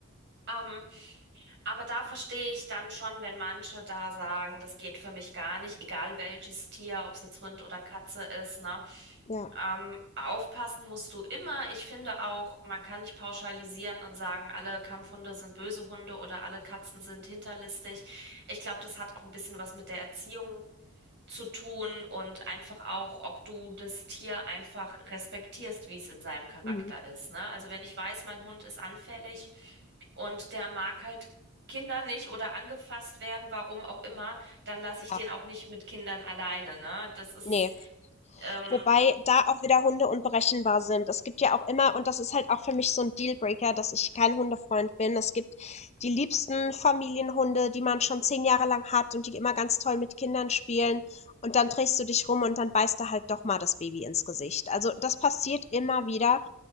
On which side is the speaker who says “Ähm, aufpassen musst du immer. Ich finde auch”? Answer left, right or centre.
Right